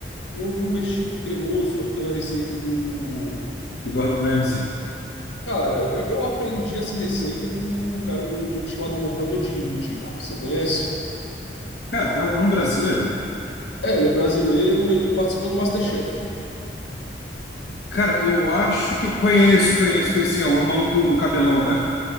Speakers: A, on the left; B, on the left.
A: um ovinho mexido cremoso, aquela receita do
B: do Gordon Ramsay.
A: Cara, eu, eu aprendi essa receita com um cara no YouTube chamado Mohamed Indy. Você conhece?
B: Cara, é, um é um brasileiro?
A: É, ele é brasileiro, ele participou do MasterChef.
B: Cara, eu acho que eu conheço, conheço, conheço. É o é o maluco do, do cabelão, né?